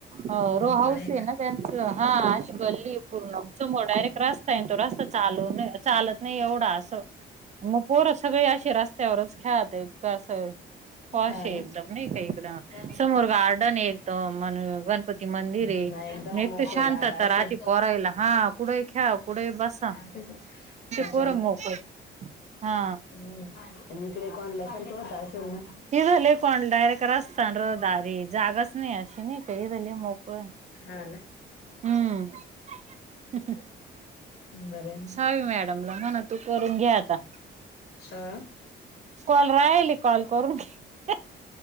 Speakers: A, on the right; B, on the left.
A: अ रो
B: मोकळ
A: हाऊस आहे
B: का
A: ना त्यांचं हा अशी गल्ली पूर्ण समोर डायरेक्ट रास्ता आहे तो रास्ता चालू चालत नाही एवढा असा मग पोर सगळी अशी रस्त्यावरच खेळत आहेत का असं पॉश
B: हा
A: आहे
B: ना.
A: एकदम नाही का इकड
B: हा
A: समोर गार्डन आहे एकदम अण गणपती मंदिर
B: हा
A: आहे
B: एकदम
A: नित्य
B: मोकळ
A: शांतता
B: जागा असेल.
A: राहती पोरायला हा कुठेही खेळा कुठेही बसायला
B: हम त्या
A: पोर मोकळे हा
B: इकडे कोडल्यासारखं होत असेल ना
A: इथ लई कोणडा लेकर असतान दारी जागाच नाही अशी नाही काही झाली मोकळ हम्म
B: हा ना
A: हम् हम
B: ह बरं आहे मग
A: सावी मॅडमला म्हण तू करून घे आता
B: अ
A: कॉल राहिले कॉल करून घे